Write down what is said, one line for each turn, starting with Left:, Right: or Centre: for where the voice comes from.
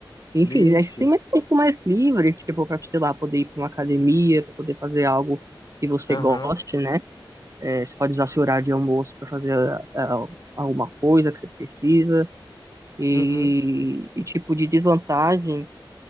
Right: Enfim,
Left: Vixe.
Right: aí você tem mais tempo mais livre, tipo, para, sei lá, poder ir para uma academia, poder fazer algo que você
Left: Aham.
Right: goste, né? É, você pode usar seu horário de almoço para fazer ah, alguma coisa que você precisa. E,
Left: Uhum.
Right: e tipo, de desvantagem,